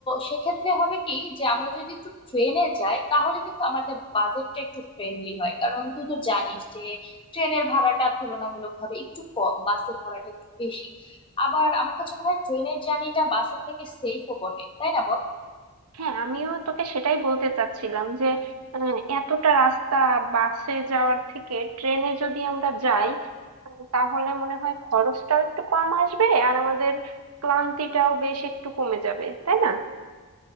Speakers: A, on the left; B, on the right.
A: সেক্ষেত্রে হবে কি যে আমরা যদি একটু ট্রেনে যাই তাহলে কিন্তু আমাদের বাজেটটা একটু ফ্রেন্ডলি হয় কারণ তুই তো জানিস যে ট্রেনের ভাড়াটা তুলনামূলকভাবে একটু কম বাসের ভাড়াটা একটু বেশি আবার আমার কাছে মনে হয় ট্রেনের জার্নিটা বাসের থেকে সেফও বটে তাই না বল
B: হ্যাঁ আমিও তোকে সেটাই বলতে চাচ্ছিলাম যে আহ, এতটা রাস্তা বাসে যাওয়ার থেকে ট্রেনে যদি আমরা যাই আহ, তাহলে মনে হয় খরচটাও একটু কম আসবে আর আমাদের ক্লান্তিটাও বেশ একটু কমে যাবে তাই না